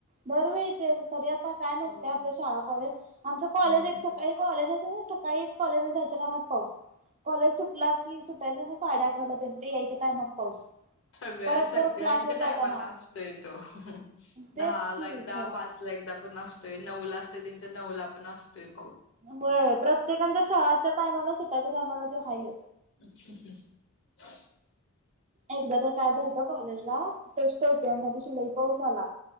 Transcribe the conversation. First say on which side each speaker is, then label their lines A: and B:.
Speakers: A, on the right (about 30°); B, on the left (about 60°).
A: दरवेळथ तरी आता काय नसते
B: हो
A: आपलं शाळा कॉलेज आमच
B: हम्म
A: कॉलेज एक सकाळी कॉलेज अस तरी सकाळी एक कॉलेज ला जायच्या टाईमात पाऊस. कॉलेज सुटला की सुटायच म साडे अकराला तर ते यायच्या टायमात पाऊस.
B: सगळ्या
A: परत
B: सगळ्यांच्या
A: परत क्लासला जाताना
B: टायमाला असतोय तो.
A: तेच
B: दहा ला
A: की
B: एकदा
A: खुळ्यागत
B: पाच ला एकदा पण अस ते नऊला असत त्यांच्या नऊला पण असतेत
A: व्हय, प्रत्येकांच्या शहाच्या टायमाला सुटयाच्या टायमाला ते हाहे.
B: अच्छाच्छ
A: एकदा तर काय झालत कॉलेजला टेस्ट होती आणि त्यादिशी लई पाऊस आला.